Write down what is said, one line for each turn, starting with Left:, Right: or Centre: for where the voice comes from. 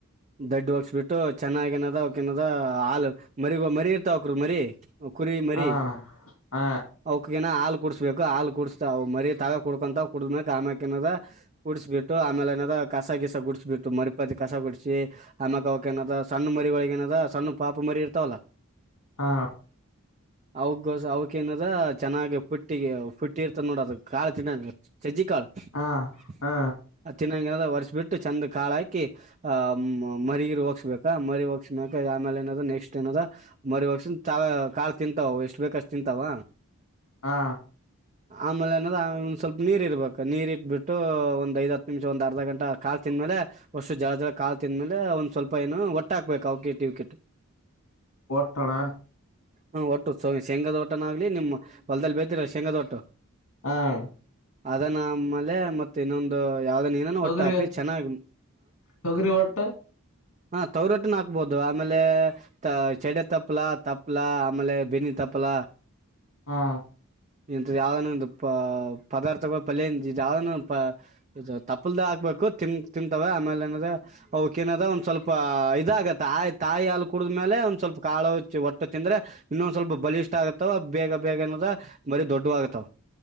Right: ದಡ್ಡು ಒಗ್ಸಬಿಟ್ಟು ಚೆನ್ನಾಗ ನದ ಅವಕನದ ಹಾಲು ಮರಿಗೋ ಮರಿ ಇರ್ತ ಅವಕ್ರ ಮರಿೀ ಕುರಿ ಮರಿ
Left: ಹಾ ಅಣ್ಣ ಹಾ
Right: ಅವಕ ಏ ಕುಡಸ್ಬೇಕು ಹಾ ಕ ಕುಡಿಸಸ್ತಾವು ಮರಿ ತಗ ಕುಡ್ಕೊಂತ ಕುಡ್ದ್ಮಬೇಕಕ್ ಆಮ್ಯ ನ ಕುಡಿಸ್ಬ ಬಿಟ್ಟು ಆಮೇಲೆ ನ್ ಕಸ ಗಿಸಸ ಗುಡಿಸಬಿಟ್ಟು ಮರಿ ಇಪ್ಪತ್ತತಿ ಕಸ ಕುಡಸಿ ಅಮ್ಮಕ್ಕ ಅವಕ್ಕ ನದ ಸಣ್ಣ ಮರಿ ಒಳಗ ಏನದ ಸಣ್ಣ ಪಾಪ ಮರಿ ಇರ್ತಾವಲ್ಲ <inaudible>
Left: ಹಾ
Right: ಅವಗಸ ಅವಕೇಏನದ ಚೆನ್ನಾಗಿ ಪುಟ್ಟಿಗೆ ಪುಟ್ಟಿ ಇರ್ತ ನೋಡ ಅದು ಕಾಾಲ ತಿನ್ನಂಗ ಸಜೀ ಕಾಲ
Left: ಹಾ
Right: <inaudible>
Left: ಹಾ
Right: ಇ ವರ್ಷ ಬಿಟ್ಟ ಚಂದ ಕಾಾಯ ಅಾಕಿ ಆ ಮರಿಗಿರಿ ಹೋಗ್ಸ್ಬೇಕ ಮರಿ ಹೋಗ್ಸ್ಮ ಆಮೇಲೆ ನದ ನೆಕ್ಸ್ಟ್ ಏನದ ಮರಿ ಹೋಗಸ ಕಾಳ ತಿಂತಾವ ಎಷ್ಟ್ ಬೇಕಷ್ಟ್ ತಿಂತಾವ
Left: ಹಾ
Right: ಆಮೇಲೆ ಏನಾದ್ರ್ ಆ ಒಂದ್ ಸ್ವಲ್ಪ ನೀರ್ ಇರ್ಬೇಕು ನೀರ್ ಇಟ್ಬಿಟ್ಟು ಒಂದ್ ಐದ ಹತ್ತು ನಿಮಿಷ ಒಂದ್ ಅರ್ಧ ಗಂಟ ಕಾಲ್ ತಿಂದ್ಮೇಲೆ ವಷ್ಟು ಜರ ಜರ ಕಾಲು ತಿಂದ್ಮೇಲೆ ಒಂದ್ ಸ್ವಲ್ಪ ಏನು ಒಟ್ಟ ಹಕ್ಬೇಕು ಅವಕಿಟ್ಕಿಟ್ <inaudible>
Left: ಒಟ್ಟಣ
Right: ಹ ಒಟ್ಟು ಸ ಚಂಗದ ಒಟನಾಗ ನಿಮ್ ಹೊಲ್ದಲ್ಲಿ ಬತರ ಶೇಂಗದೊಟ್ಟು
Left: ಆ ಅಣ್ಣ
Right: ಅದನ್ನಮೇಲೆ ಮತ್ತೆ ಇನ್ನೊಂದು ಯಾವ್ದ ನೀನ
Left: ತೊಗರಿ
Right: ಒಟ್ಟ ಹಾಕ್ರಿ ಚೆನ್ನಾಗ
Left: ತೊಗರಿ ಹೊಟ್ಟ
Right: ಹಾ ತವರೊಟ್ಟನ ಹಾಕ್ಬೋದು ಆಮೇಲೆ ಚಡೆ ತಪ್ಪಲ ತಪ್ಲ ಆಮೇಲೆ ಬೆನ್ನಿ ತಪ್ಪಲ
Left: ಹಾ
Right: ಇಂತ ಯಾವ್ದ ಒ ಪ ಪದಾರ್ಥಗಳು ಪಲ್ಯ ಯಾವ್ದ ಇದು ತಪ್ಪಲ್ದ ಹಾಕ್ಬೇಕು ತಿ ತಿಂತವೆ ಆಮೇಲೆ ಏನ್ರ ಅಕ ಏನದ ಒಂದ ಸ್ವಲ್ಪ ಇದಾಗ ತಾಯ್ ತಾಯಿ ಅಲ್ ಕುಡಿದ್ಮೇಲೆ ಸ್ವಲ್ಪ ಕಾಳ ಹೊಟ್ಟ ತಿಂದ್ರೆ ಇನ್ನೊಂದ ಸ್ವಲ್ಪ ಬಲಿ ಆತ್ತವ ಬೇಗ ಬೇಗ ಏನದ ಬರಿ ದೊಡ್ಡವಾಗತಾವ